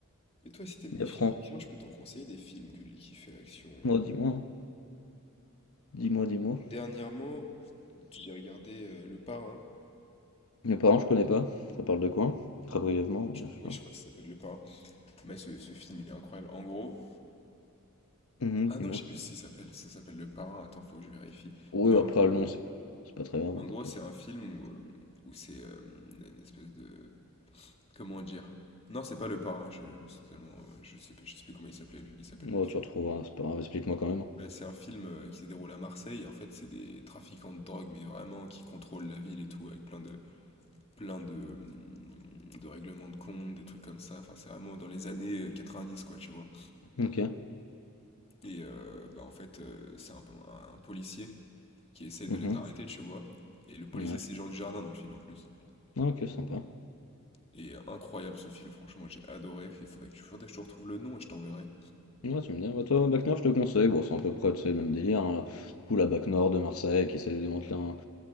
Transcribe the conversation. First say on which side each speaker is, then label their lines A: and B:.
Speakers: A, on the left (about 30°); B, on the left (about 85°).
A: Et toi, si t'aimes
B: Mais
A: les
B: après,
A: films à action, je peux t'en conseiller des films que j'ai kiffé action. euh.
B: moi, dis-moi, hein, dis-moi, dis-moi.
A: Dernièrement, j'ai regardé euh, Le Parrain.
B: Mes parents, je connais pas, ça parle de quoi? Très brièvement, bien
A: Je crois-
B: sûr.
A: oui, je crois que ça s'appelle Le Parrain. Mais ce, ce film, il est incroyable. En gros.
B: Mhm,
A: Ah
B: dis-moi.
A: non, je sais plus si ça s'appelle. Ça s'appelle Le Parrain. Attends, faut que je vérifie.
B: Oui,
A: Mais en
B: après,
A: gros,
B: le nom, c'est c'est pas très grave,
A: en
B: hein,
A: gros,
B: t'inquiète.
A: c'est un film où, euh, où c'est euh, une espèce de. Comment dire? Non, c'est pas Le Parrain, je mais c'est tellement, je sais plus je sais plus comment il s'appelait il s'appelle
B: Ouais,
A: le film.
B: tu retrouveras, c'est pas grave, explique-moi quand même.
A: Bah, c'est un film, heu, qui se déroule à Marseille et en fait, c'est des trafiquants de drogue, mais vraiment qui contrôlent la ville et tout avec plein de plein de, mmh, de règlements de compte, des trucs comme ça. Enfin, c'est vraiment dans les années, euh, 90, quoi, tu vois?
B: Ok.
A: Et heu, bah, en fait, heu, c'est un bon un policier qui essaie de
B: Mhm.
A: les arrêter, tu vois? Et le policier,
B: Ouais,
A: c'est Jean Dujardin dans le film en plus.
B: Ah, ok, sympa.
A: Et euh, incroyable ce film, franchement, j'ai adoré. Il faudrait que tu faudrait que je te retrouve le nom et je t'enverrai.
B: Ouais, tu me dis, bah, toi, Bac Nord, je te conseille. Bon, c'est à peu près, tu sais, le même délire. hein. Du coup, la Bac Nord de Marseille qui essaie de démanteler un,